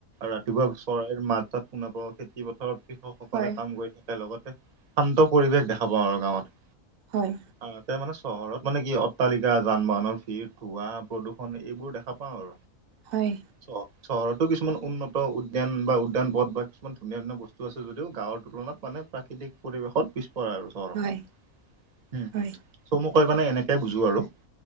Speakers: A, on the right; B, on the right.
A: ৰাতিপুৱা হয় এইৰ মাত-চাত শুনা পাওঁ খেতি পথাৰত কৃষকসকলে
B: হয়
A: কাম কৰি থাকে লগতে শান্ত পৰিৱেশ দেখা পাওঁ আৰু গাঁৱত।
B: হয়।
A: আহ, তে মানে চহৰত মানে কি অট্টালিকা, যান -বাহনৰ ভিৰ, ধোঁৱা প্ৰদূষণ এইবোৰ দেখা পাওঁ আৰু।
B: হয়
A: চহ চহৰতো কিছুমান উন্নত উদ্যান বা উদ্যান পথ বা ইমান ধুনীয়া ধুনীয়া বস্তু আছে যদিও গাঁৱৰ তুলনাত মানে প্ৰাকৃতি পৰিৱেশত পিছপৰা আৰু
B: হয় হয়
A: চুমো কৈ মানে এনে কে বুজোঁ আৰু